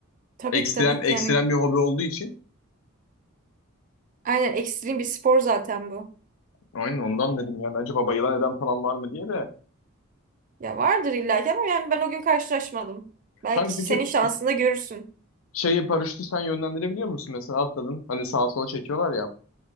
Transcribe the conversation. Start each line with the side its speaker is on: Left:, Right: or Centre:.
Right: Tabii
Left: Ekstrem
Right: ki tabii
Left: ekstrem
Right: ki yani
Left: bir hobi olduğu için.
Right: aynen ekstrem bir spor zaten bu.
Left: Aynen ondan dedim yani acaba bayılan eden falan var mı diye de.
Right: Ya vardır illa ki ama yani ben o gün karşılaşmadım. Belki
Left: Kanka peki
Right: senin şansında görürsün.
Left: şeyi paraşütü sen yönlendirebiliyor musun? Mesela atladın. Hani sağa sola çekiyorlar ya.